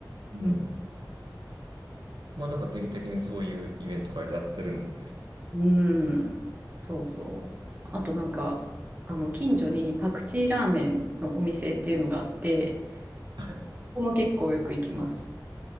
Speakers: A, on the right; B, on the right.
A: うん。
B: うん、
A: まあなんか定期的にそういうイベントがやってるんですね。
B: うんそうそう。あとなんか、あの、近所にパクチーラーメンのお店っていうのがあって、
A: はい。
B: そこも結構よく行きます。